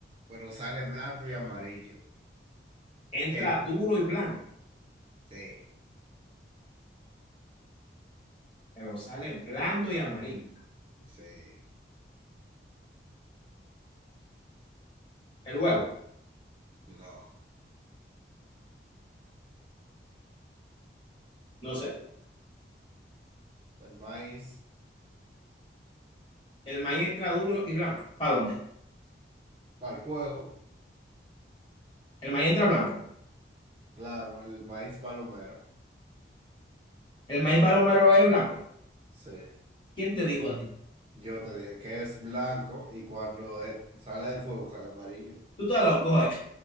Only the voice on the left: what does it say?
Entra
duro y blanco,
pero sale blando y amarillo.
El huevo,
no sé.
El maíz entra duro y blanco. ¿Para dónde?
El maíz entra blanco.
El maíz palomero es blanco.
¿Quién te dijo a ti?
Tú estás loco, ¿eh?